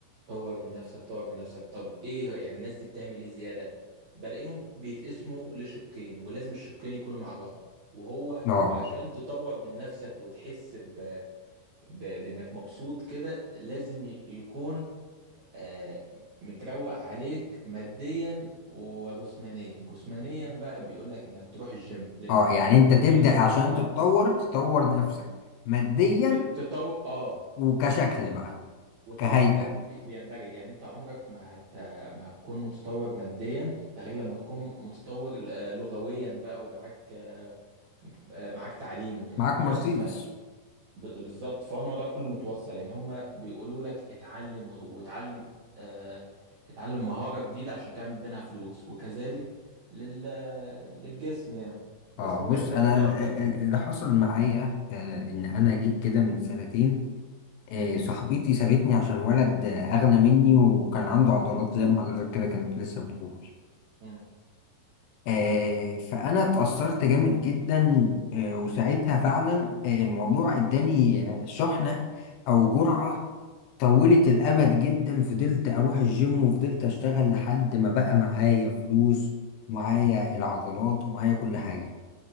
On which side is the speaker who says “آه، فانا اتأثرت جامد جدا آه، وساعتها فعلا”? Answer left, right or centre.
Left